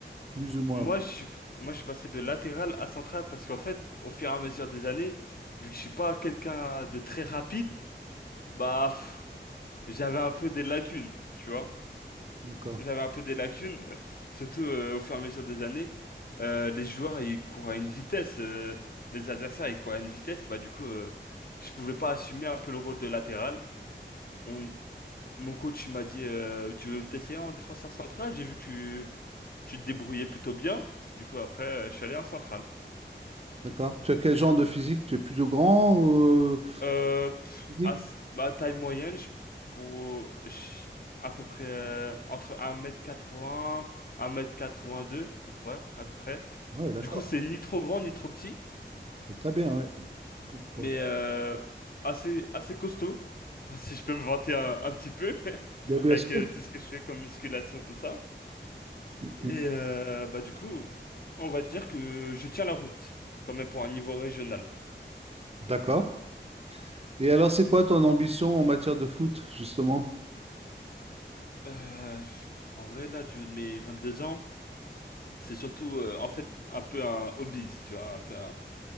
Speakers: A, on the right (about 35°); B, on the left (about 55°).
A: Plus ou moins,
B: Moi,
A: ouais.
B: je suis, moi, je suis passé de latéral à central parce qu'en fait, au fur et à mesure des années, vu que je suis pas quelqu'un de très rapide, bah, pff, j'avais un peu des lacunes, tu vois.
A: D'accord,
B: J'avais un peu des lacunes, euh, surtout euh, au fur et à mesure des années. Euh, les joueurs, ils courent à une vitesse. euh, les adversaires, ils courent à une vitesse. Bah, du coup, euh, je pouvais pas assumer un peu le rôle de latéral. On- mon coach, il m'a dit, euh, tu veux t'essayer en défenseur central? J'ai vu que tu, tu te débrouillais plutôt bien. Du coup, après, euh, je suis allé en central.
A: d'accord. Tu as quel genre de physique? Tu es plutôt grand ou
B: Euh, pff,
A: physique?
B: à, s- ma taille moyenne, je, pour, je- à peu près euh, entre 1m80, 1m82, ouais, à peu près.
A: Oui, d'accord.
B: Du coup, c'est ni trop grand ni trop petit,
A: C'est très bien, oui. Pour, pour-
B: mais euh, assez, assez costaud, <laughs> si je peux me vanter un, un petit peu, <laughs>
A: Ben, bien
B: avec
A: sûr.
B: euh, tout ce que je fais comme musculation, tout ça.
A: Mm, mm.
B: Et euh, bah, du coup, on va dire que je tiens la route, quand même pour un niveau régional.
A: D'accord. Et alors, c'est quoi ton ambition en matière de foot, justement?
B: Euh, pff, en vrai, là, du haut de mes 22 ans, C'est surtout, euh, en fait, un peu un hobby, tu vois, un peu, un,